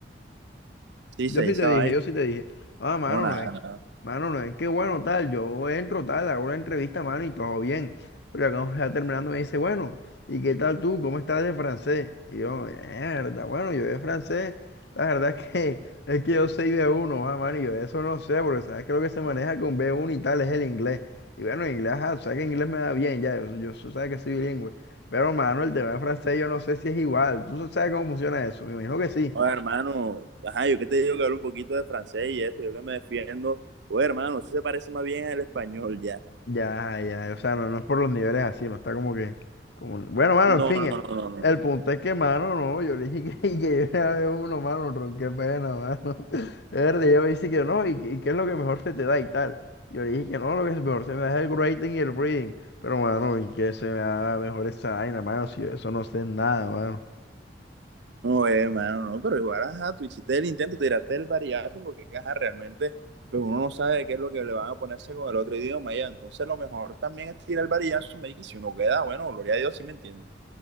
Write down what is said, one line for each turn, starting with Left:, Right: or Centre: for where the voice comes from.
Right: Sí,
Left: Yo
Right: sí, esa
Left: sí te dije,
Right: vaina.
Left: yo sí te dije, ah, mano,
Right: No, nada,
Left: no es,
Right: nada.
Left: mano, no es que bueno, tal, yo entro, tal, hago una entrevista, mano, y todo bien. Pero ya cuando está terminando me dice, bueno, ¿y qué tal tú? ¿Cómo estás de francés? Y yo, mierda, bueno, yo de francés, la verdad es que, es que yo soy b uno ah, mano, y yo eso no sé, porque sabes que lo que se maneja con B1 y tal es el inglés. Y bueno, inglés, ah, sabes que inglés me da bien, ya, yo, yo so, sabes que soy bilingüe. Pero, mano, el tema de francés yo no sé si es igual. ¿Tú sabes cómo funciona eso? Me imagino que sí.
Right: oye hermano, ajá, yo que te digo que hablo un poquito de francés y eso, yo que me defiendo. Oye, hermano, eso se parece más bien al español, ya.
Left: Ya, ya, o sea, no, no es por los niveles así, no está como que, como, bueno, mano,
Right: No,
Left: en fin,
Right: no,
Left: eh,
Right: no, no, no.
Left: el punto es que, mano, no, yo le dije que, <laughs> que yo era uno, mano, ron, qué pena, mano, <laughs> verde, ella me dice que no, y, que- y qué es lo que mejor se te da y tal, yo le dije que no, lo que mejor se me da es el writing y el reading, pero, mano, y que se me da mejor esa vaina, mano, si de eso no sé nada, mano.
Right: No, hermano, no, pero igual, ajá, tú hiciste el intento, tiraste el varillazo, porque ajá, realmente, pues uno no sabe qué es lo que le van a ponerse con el otro idioma, ya. Entonces, lo mejor también es tirar el varillazo, me y si uno queda, bueno, gloria a Dios, sí me entiendes.